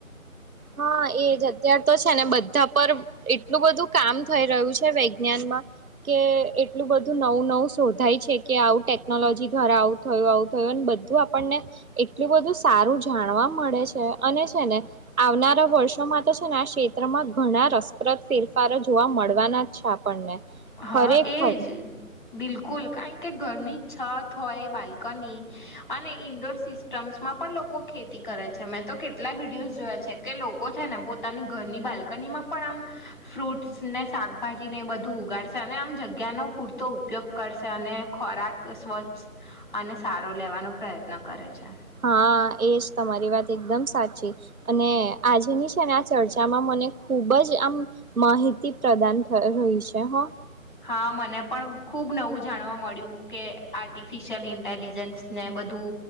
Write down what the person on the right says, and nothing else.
હા એજ અત્યાર તો છે ને બધા પર એટલું બધું કામ થઈ રહ્યું છે. વૈજ્ઞાનમાં. કે એટલું બધું નવું નવ. શોધાય છે કે આવું ટેકનોલોજી દ્વારા આવું થયું, આવું થયું, અને બધું આપણને એટલું બધું સારું જાણવા મળે છે. અને છે ને આવનારા વર્ષોમાં તો છે ને આ ક્ષેત્રમાં ઘણા રસપ્રદ ફેરફારો જોવા મળવાના જ છે આપણને.
ખરેખર
હા! એજ તમારી વાત એકદમ સાચી. અને આજેની છે ને આ ચર્ચામાં મને ખૂબ જ આમ માહિતી પ્રદાન થઇ રહી છે હ.